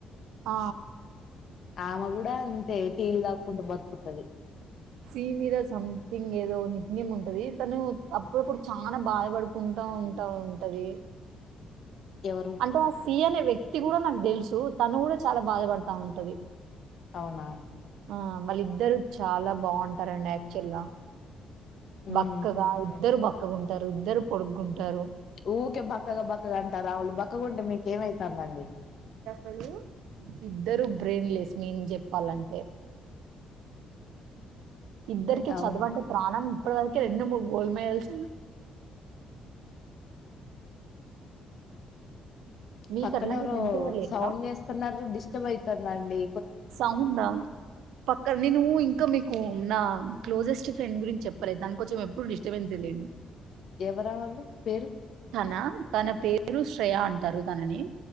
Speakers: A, on the right (about 90°); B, on the left (about 60°).
A: ఆ
B: ఆమె కూడా అంతే టీలు తాక్కుంటూ బతుకుతుద్ది
A: సి మీద సంథింగ్ ఏదో నిక్ నేమ్ ఉంటది. తను అప్పుడప్పుడు చాలా బాధపడుకుంటు ఉంటా ఉంటా ఉంటది.
B: ఎవరు
A: అంటే ఆ సి అనే వ్యక్తి కూడా నాకు తెలుసు. తను కూడా చాలా బాధపడతా ఉంటది.
B: అవునా
A: ఆ మళ్ళ ఇద్దరు చాలా బాగుంటారండి. యాక్చువల్ గా
B: ఉమ్
A: బక్కగా ఇద్దరు బక్కకుంటారు. ఇద్దరు పొడుగుంటారు.
B: ఊరికే బక్కగా బక్కగా అంటారు. ఆళు బక్కగుంటె మీకేమైతాందండి.
A: వళ్ళు ఉ ఇద్దరు బ్రెయిన్ లెస్ మీనింగ్ చెప్పాలంటే ఇద్దరికి
B: ఉమ్ అవునా
A: చదువంటే ప్రాణం అప్పుడు వరకే రెండు మూడు గోల్డ్ మెడల్స్ మీకట్లాంటి
B: పక్కన ఎవరు
A: ఫ్రెండ్స్ లేరా?
B: సౌండ్ చేస్తన్నారు. డిస్టర్బ్ అయితదండి.
A: సౌండ్ పక్క నేను ఇంకా మీకు నా క్లోజెస్ట్ ఫ్రెండ్ గురించి చెప్పలేదు. దానికి కొంచెం ఎప్పుడు డిస్టబెన్స్ అండి.
B: ఎవరావాళ్ళు పేరు
A: తన తన పేరు స్ శ్రేయా అంటారు. తనని